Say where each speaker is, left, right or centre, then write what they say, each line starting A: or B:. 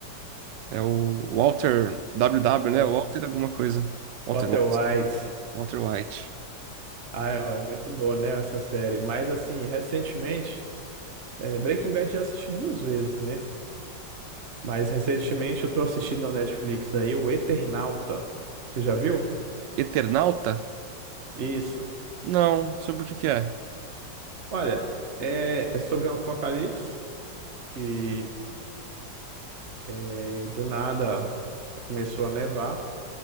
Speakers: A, on the right; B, on the right.
A: É o Walter W, W,
B: Walter
A: né? Walter alguma coisa. Walter
B: Walter
A: White.
B: White.
A: Walter White.
B: Ah, é, é muito boa, né, essa série. Mas, assim, recentemente, é, Breaking Bad já assisti duas vezes, né? Mas, recentemente, eu tô assistindo na Netflix aí o Eternauta. Você já viu?
A: Eternauta?
B: Isso.
A: Não, sobre o que que é?
B: Olha, é, é sobre um apocalipse que E do nada começou a nevar